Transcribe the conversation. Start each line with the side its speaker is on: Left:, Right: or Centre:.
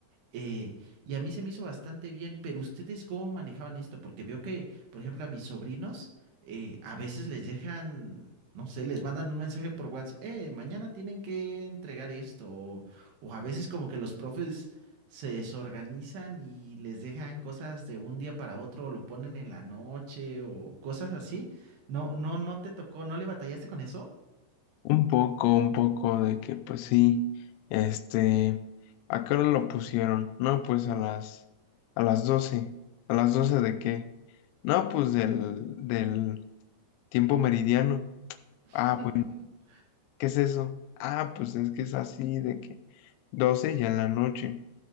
Right: Eh, y a mí se me hizo bastante bien, pero ¿ustedes cómo manejaban esto? Porque veo que, por ejemplo, a mis sobrinos eh, a veces les dejan, no sé, les mandan un mensaje por WhatsApp, eh, mañana tienen que entregar esto, o, o a veces como que los profes se desorganizan y les dejan cosas de un día para otro, o lo ponen en la noche, o cosas así. No, no, no te tocó, ¿no le batallaste con eso?
Left: un poco, un poco de que pues sí, este, ¿a qué hora lo pusieron? No, pues a las, a las doce, ¿a las 12 de qué? No, pues del, del tiempo meridiano.
Right: <laughs>
Left: Ah, pues, ¿qué es eso? Ah, pues es que es así de que 12 ya en la noche.